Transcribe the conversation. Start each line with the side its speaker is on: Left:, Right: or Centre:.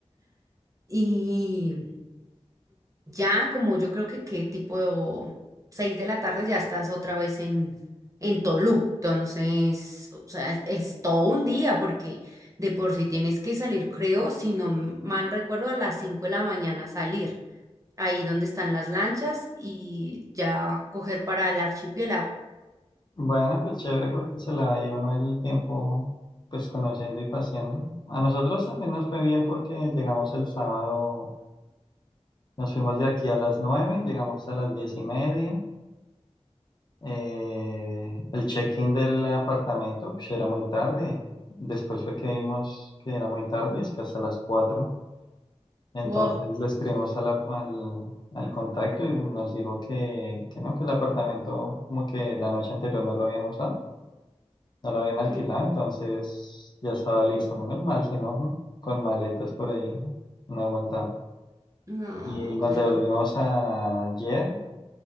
Right: y Ya como yo creo que qué tipo seis de la tarde ya estás otra vez en, en Tolú. Entonces, o sea, es, es todo un día porque de por sí tienes que salir, creo, si no m- mal recuerdo, a las cinco de la mañana salir, ahí donde están las lanchas y ya coger para el archipiélago.
Left: Bueno, pues chévere porque se la dio uno el tiempo pues conociendo y paseando. A nosotros también nos fue bien porque llegamos el sábado, nos fuimos de aquí a las nueve llegamos a las diez y media. Eh, el check-in del apartamento pues, era muy tarde. Después fue que vimos que era muy tarde, es que hasta las cuatro Entonces
Right: Wow.
Left: le escribimos a la- al, al contacto y nos dijo que, que no, que el apartamento como que la noche anterior no lo habían usado No lo habían alquilado,
Right: Sí.
Left: entonces ya estaba listo, menos mal, si no, ujú, con maletas por ahí, no aguantaba.
Right: No,
Left: Y nos
Right: horrible.
Left: devolvimos a- ayer